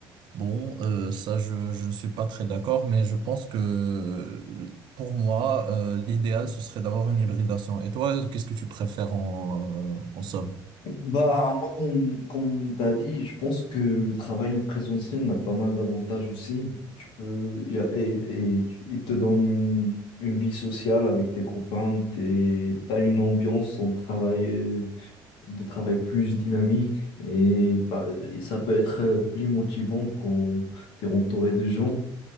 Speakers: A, on the right (about 55°); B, on the left (about 65°).
A: Bon, euh, ça, je, je ne suis pas très d'accord, mais je pense que euh, pour moi, euh, l'idéal, ce serait d'avoir une hybridation. Et toi, qu'est-ce que tu préfères en, euh, en somme?
B: Bah, moi, comme, comme t'as dit, je pense que le travail en présentiel a pas mal d'avantages aussi. Tu peux, y a- et, et tu- il te donne une, une vie sociale avec tes copains, t'es, t'as une ambiance en travail, euh, de travail plus dynamique et, pa- et ça peut être euh, plus motivant quand t'es entouré de gens.